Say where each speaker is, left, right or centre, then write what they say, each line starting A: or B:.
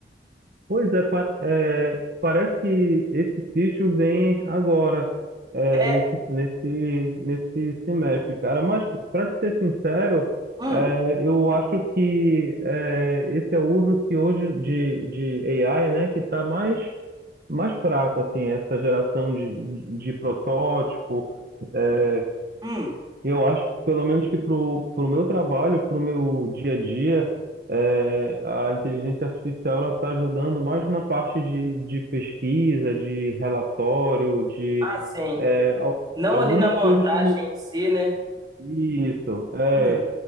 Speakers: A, on the right; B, on the right.
A: pois é, pa- é, Parece que esse sítio vem agora, é,
B: É.
A: nesse, nesse, nesse semestre, cara. Mas, para te ser sincero,
B: Hum.
A: é, eu acho que é, esse é o uso que hoje de, de AI, né, que está mais, mais fraco, assim, essa geração de, de de protótipo. é,
B: Hum,
A: Eu acho, pelo menos que pro, pro meu trabalho, pro meu dia a dia, é, a inteligência artificial ela está ajudando mais na parte de, de pesquisa, de relatório, de
B: Ah, sim.
A: é, al-
B: Não
A: algumas
B: ali na montagem
A: coisas como
B: em si, né?
A: isso. É,
B: uhum,